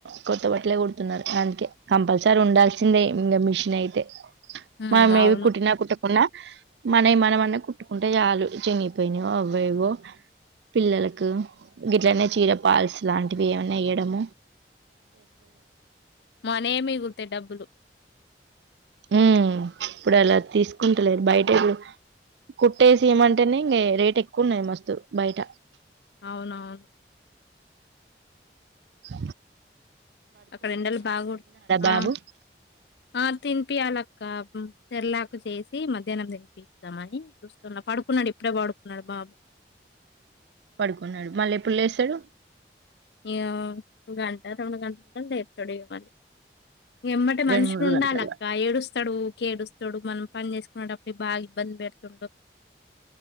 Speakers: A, on the right; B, on the left.
A: కొత్త పట్లే కొడుతున్నారు అందుకే కంపల్సరీ ఉండాల్సిందే ఇంకా మిషన్ అయితే
B: హ్మ్.
A: మామేవి
B: అవును.
A: కుటినా కుటకున్నా మనవి మనమన్నా కుట్టుకుంటే చాలు చినిగిపోయినావో అవోవో పిల్లలకు ఇట్లనే చీర పాల్స్ లాంటివి ఏమన్నా వయడము
B: మనే మిగులుతా డబ్బులు
A: ఉ ఇప్పుడు అలా తీసుకుంటలేదు బయటడు కుట్టేసి ఏయమంటేనే ఇంక రేట్ ఎక్కువన్నాయి మస్తు బయట
B: అవునవును
A: స
B: అక్కడ ఎండలు బాగడ
A: బాబు
B: ఆ ఆ తినిపియాల అక్క చెర్లాకు చేసి మధ్యాహ్నం దిరిపిస్తామని చూస్తున్నా పడుకున్నాడు ఇప్పుడే పాడుకున్నాడు బాబు
A: పడుకున్నాడు మళ్ళీ ఎప్పుడు లేస్తాడు
B: ఈ గంట రెండు గంటలంటేర్ తడు ఇమాలి ఎమ్మటి
A: రెండు
B: మనుషులు
A: మూడు
B: ఉండాలి
A: గంటల
B: అక్క ఏడుస్తాడు కేడుస్తాడు మనం పని చేసుకునేటప్పుడు బాగా ఇబ్బంది పెడుతుడు